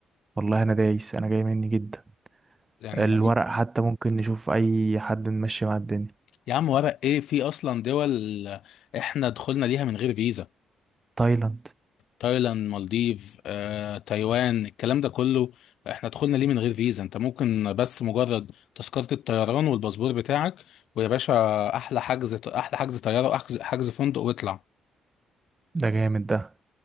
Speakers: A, on the right; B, on the left.
A: والله انا دايس انا جاي مني جدا
B: يعني
A: الورق
B: لو انت
A: حتى ممكن نشوف اي حد نمشي مع الدنيا
B: يا عم ورق ايه في اصلا دول احنا دخلنا ليها من غير فيزا
A: تايلاند
B: تايلاند مالديف آه، تايوان الكلام ده كله احنا دخلنا ليه من غير فيزا انت ممكن بس مجرد تذكرة الطيران والباسبور بتاعك ويا باشا احلى حجز احلى حجز طيارة واحجز حجز فندق واطلع
A: ده جامد ده